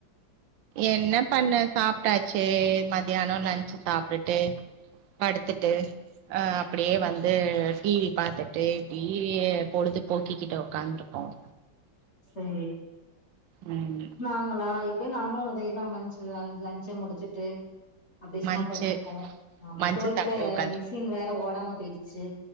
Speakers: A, on the right (about 80°); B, on the left (about 35°).
A: என்னப் பண்ண சாப்ட்டாச்சி மதியானம் லஞ்சு சாப்ட்டு ட்டு படுத்துட்டு ஆ அப்டியே வந்து ஆ டிவி பாத்துட்டு டிவியே பொழுது போக்கிக்கிட்ட உக்காந்துருக்கோம்
B: சரி
A: ம்
B: நாங்களா இப்பயு நாங்களும் அதேதா மன்ச்சிரா லஞ்ச முடிச்சிட்டு அப்டே சும்மா
A: மன்ச்சு
B: படுதிருக்கோம் ஆமா
A: மன்ச்சு
B: தொய்க்கிற
A: சாப்ட்டு உக்காந்து
B: மிஷின் வேற ஓடாம போயிடுச்சு